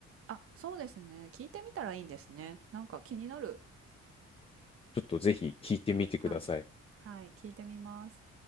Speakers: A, on the right; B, on the left.
A: あ、そうですね。聞いてみたらいいんですね。なんか気になる。
B: ちょっとぜひ聞いてみてください。
A: はい。はい、聞いてみます。